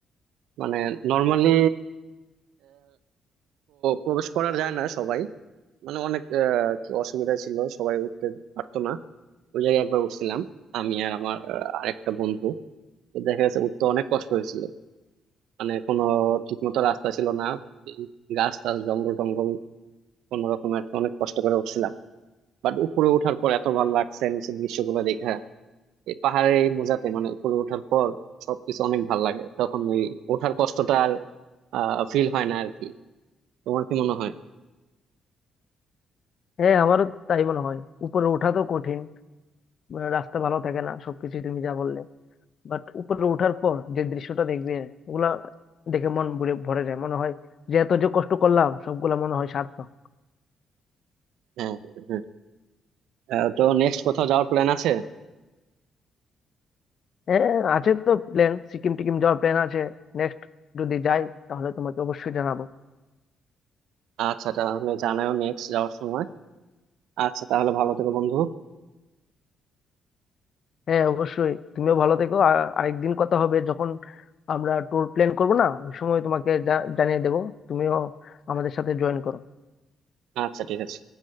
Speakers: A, on the right (about 85°); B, on the left (about 55°).
A: মানে নর্মালি প্রবেশ করা যায় না সবাই মানে অনেক আহ, আর কি অসুবিধা ছিল সবাই উঠতে পারতো না ওই জায়গায় একবার উঠছিলাম আমি আর আমার আহ, আরেকটা বন্ধু তো দেখা গেছে উঠতে অনেক কষ্ট হয়েছিল মানে কোনো ঠিকমতো রাস্তা ছিল না এই গাছ টাছ জঙ্গল টঙ্গল কোনো রকম আর কি অনেক কষ্ট করে উঠছিলাম বাট উপরে ওঠার পর এত ভালো লাগছে নিচের দৃশ্যগুলো দেখে এই পাহাড়ে এই মোজাতে মানে উপরে ওঠার পর সবকিছু অনেক ভালো লাগে তখন এই ওঠার কষ্টটা আর ফিল হয় না আর কি তোমার কি মনে হয়
B: হ্যাঁ আমারও তাই মনে হয় উপরে ওঠা তো কঠিন মানে রাস্তা ভালো থাকে না সবকিছু তুমি যা বললে বাট উপরে ওঠার পর যে দৃশ্যটা দেখবে ওগুলা দেখে মন ভরে ভরে যায় মনে হয় যে এত যে কষ্ট করলাম সবগুলা মনে হয় সার্থক
A: হ্যাঁ হ্যাঁ হ্যাঁ। আহ, তো নেক্সট কোথাও যাওয়ার প্ল্যান আছে
B: হ্যাঁ আছে তো প্ল্যান সিকিম টিকিম যাওয়ার প্ল্যান আছে নেক্সট যদি যাই তাহলে তোমাকে অবশ্যই জানাবো
A: আচ্ছা তাহলে জানাও নেক্সট যাওয়ার সময় আচ্ছা তাহলে ভালো থেকো বন্ধু
B: হ্যাঁ অবশ্যই তুমিও ভালো থেকো আর আরেকদিন কথা হবে যখন আমরা ট্যুর প্ল্যান করবো না ওই সময় তোমাকে জা- জানিয়ে দেবো তুমিও আমাদের সাথে জয়েন করো
A: আচ্ছা ঠিক আছে